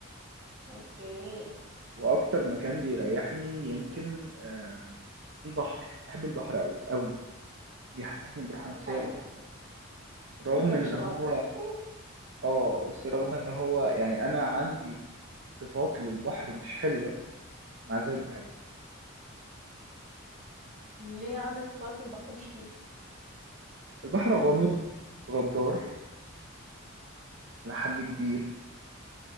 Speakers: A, on the right (about 35°); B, on the right (about 55°).
A: اوكي
B: واكتر مكان بيريحني يمكن آه البحر بحب البحر قوي قوي بيحسسني براحه نفسيه
A: دي حقيقة
B: رهيبة. رغم
A: انت مش
B: ان هو
A: لوحدك <laughs>
B: اه بس رغم ان هو يعني انا عندي صفات للبحر مش حلوة مع ذلك بحبه
A: ليه عندك صفات للبحر مش حلوة
B: البحر غامض غدار إلى حد كبير